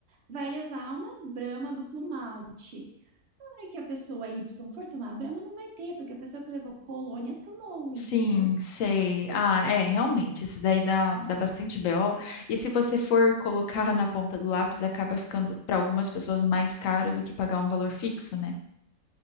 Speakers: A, on the right; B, on the left.
A: vai levar uma Brahma duplo malte. Na hora que a pessoa Y for tomar a Brahma, não vai ter, porque a pessoa que levou Colônia tomou,
B: sim,
A: entendeu?
B: sei. Ah, é, realmente, isso daí dá, dá bastante BO. E se você for colocar na ponta do lápis, acaba ficando para algumas pessoas mais caro do que pagar um valor fixo, né?